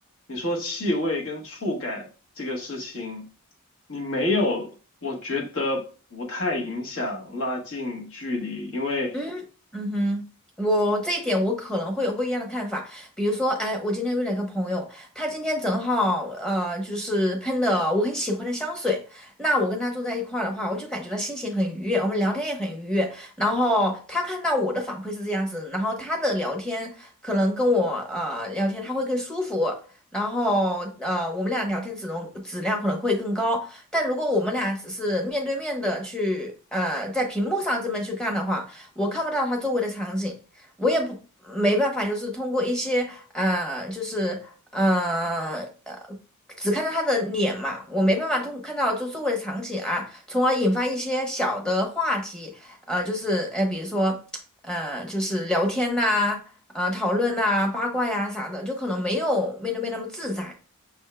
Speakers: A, on the left (about 65°); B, in the centre.
A: 你说气味跟触感这个事情，你没有，我觉得不太影响拉近距离，因为。
B: 嗯嗯哼，我这一点我可能会有不一样的看法。比如说，哎，我今天约了一个朋友，他今天正好呃，就是喷的我很喜欢的香水。那我跟他坐在一块儿的话，我就感觉到心情很愉悦，我们聊天也很愉悦。然后他看到我的反馈是这样子，然后他的聊天可能跟我呃聊天他会更舒服。然后，呃，我们俩聊天质量质量可能会更高，但如果我们俩只是面对面的去，呃，在屏幕上这么去干的话，我看不到他周围的场景，我也不没办法，就是通过一些呃，就是呃呃，只看到他的脸嘛，我没办法通看到就周围的场景啊，从而引发一些小的话题，呃，就是呃，比如说呃，就是聊天呐、呃，讨论呐、八卦呀、啥的，就可能没有面对面那么自在。